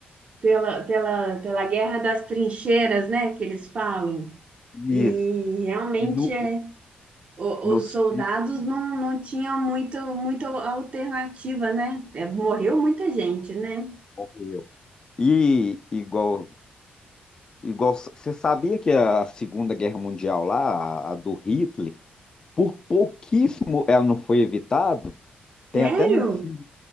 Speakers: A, on the right (about 35°); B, on the left (about 20°).
A: pela, pela, pela Guerra das Trincheiras, né, que eles falam.
B: Isso.
A: E realmente
B: E no,
A: é o-
B: nos
A: os soldados
B: filhos
A: não, não tinham muito, muita alternativa, né? É, morreu muita gente, né?
B: morreu. E igual igual você sabia que a Segunda Guerra Mundial lá, a, a do Hitler, por pouquíssimo ela não foi evitada.
A: Sério?
B: Tem até num filme,